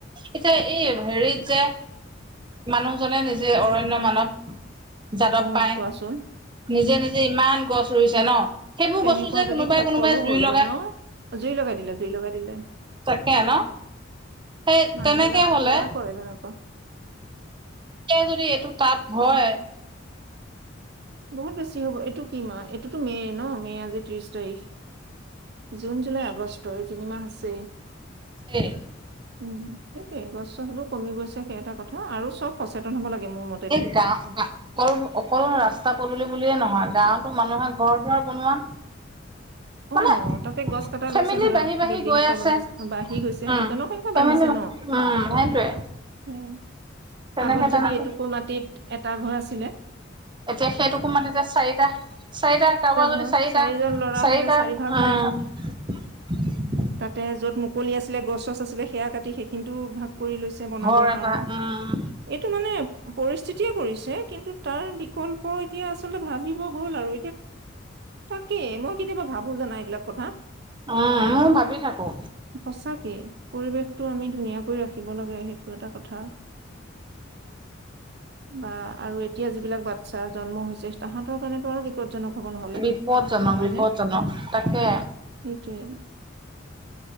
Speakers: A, on the right (about 25°); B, on the right (about 55°).
A: এতিয়া এই হেৰিত যে, মানুহজনে নিজেই অৰণ্য মানৱ <unintelligible> যাদৱ
B: অ',
A: পায়েং,
B: চোৱাচোন।
A: নিজে নিজে ইমান গছ ধৰিছে ন। সেইবোৰ
B: তেনেকোৱা
A: গছো যে
B: যদি
A: কোনোবাই
B: সকলো
A: কোনোবাই জুই
B: হ'ল
A: লগাই
B: হয় ন, জুই লগাই দিলে, জুই লগাই দিলে
A: তাকে ন, সেই
B: মানুহ
A: তেনেকে
B: বিলাক
A: হ'লে
B: বেয়া কৰে তেনেকুৱা।
A: এতিয়া যদি এইটো তাপ হয় <unintelligible>
B: বহুত বেছি হ'ব, এইটো কি মাহ, এইটোতো মে' ন মে' আজি ত্ৰিশ তাৰিখ জুন জুলাই আগষ্ট তিনিমাহ আছে
A: এই
B: উম। সেইট গছ-চছ কমি গৈ সেই এটা কথা আৰু চব। সচেতন হ'ব লাগে মোৰ মতেদি।
A: এই গা অকল-অকল ৰাস্তা ৰাস্তা পদূলি বুলিয়ে নহয় গাঁৱতো মানুহে ঘৰ দুৱা বনোৱা। মানে
B: অ' তাতে গছ কটা
A: ফেমিলি
B: গৈছে ধৰা
A: বাঢ়ি বাঢ়ি
B: বিল্ডিং
A: গৈ
B: এটা
A: আছে
B: বনাইছে বাঢ়ি গৈছে
A: উম
B: জনসংখ্যা
A: ফেমিলি
B: বাঢ়িছে ন।
A: উম সেইটোৱে
B: উম,
A: তেনেকে
B: আগত
A: তেনেকে
B: যদি এটুকুৰ মাটিত এটা ঘৰ আছিলে হয়
A: এতিয়া সেই টোকুমাৰ এতিয়া চাৰিটা
B: ঘৰ
A: চাৰিটা
B: চাৰিজন
A: কাৰোবাৰ
B: ল'ৰা হলে
A: যদি
B: চাৰি ভাগ হ'ল
A: চাৰিটা চাৰিটা অ',
B: তাতে য'ত মুকলি আছিলে গছ-ছছ। আছিলে সেয়া কাটি সেইখিনিতো ভাগ কৰি লৈছে বনাবৰ
A: ঘৰ এটা
B: কাৰণে
A: উম
B: এইটো মানে পৰিস্থিতিয়ে কৰিছে কিন্তু তাৰ বিকল্প এতিয়া আ আচলতে ভঙিব গ'ল আৰু। তাকে মই কেতিয়াবা ভাবো জানা এইবিলাক কথা
A: উম মই ভাবি থাকো
B: সচাকে পৰিৱেশতটো আমি ধুনীয়াকৈ ৰাখিব লাগে সেইটো এটা। কথা বা আৰু এতিয়া যিবিলাক বাচ্ছা জন্ম হৈছে তাহাঁতৰ কাৰণেতো আৰু বিপদজনক হব নহলে
A: বিপদজনক
B: নহয়
A: বিপদজনক
B: ন
A: তাকে
B: সেইটোৱে।